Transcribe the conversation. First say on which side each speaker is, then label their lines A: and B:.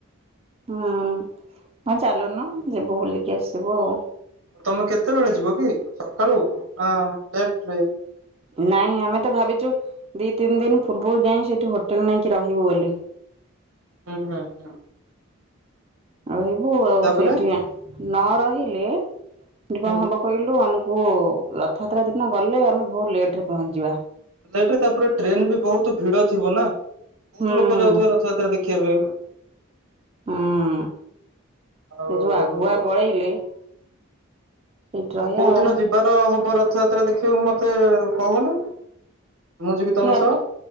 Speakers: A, on the right; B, on the right.
A: ହୁଁ ହଁ ଚାଲୁନୁ ଯିବୁ ବୁଲିକି ଆସିବୁ ଆଉ।
B: ତମେ କେତେବେଳେ ଯିବ କି ସକାଳୁ ହଁ ଟ୍ରେନରେ।
A: ନାଇଁ ଆମେ ତ ଭାବିଛୁ ଦିଇ ତିନି ଦିନ ପୂର୍ବରୁ ଯାଇ ସେଠି ହୋଟ ହୋଟେଲ ନେଇ କି ରହିବୁ ବୋଲି।
B: ହୁଁ ହୁଁ ହୁଁ।
A: ରହିବୁ ଆଉ
B: ତାପରେ
A: ସେଇଠି ନ ରହିଲେ ଏଠି
B: ହୁଁ
A: କଣ ହବ କହିଲୁ ଆମକୁ। ଓହୋ ରଥଯାତ୍ରା ଦିନ ଗଲେ ଆମେ ବହୁତ ଲେଟରେ ପହଞ୍ଚିଯିବା।
B: ଲେଟରେ ତାପରେ ଟ୍ରେନ ବି ବହୁତ ଭିଡ ଥିବ ନା। ବହୁତ
A: ହୁଁ।
B: ଲୋକ ଯାଉଥିବେ ରଥଯାତ୍ରା ଦେଖିବା ପାଇଁ।
A: ହୁଁ
B: ଆଉ
A: ଏଯୋଉ ଆଗୁଆ ପଳେଇଲେ ସେଇଠି ରହିବା
B: କୋଉଦିନ
A: ଆଉ
B: ଯିବାର ହବ ରଥଯାତ୍ରା ଦେଖିବାକୁ ମତେ କହୁନୁ। ମୁଁ ଯିବି ତମ
A: ସେ ଆମେ
B: ସହ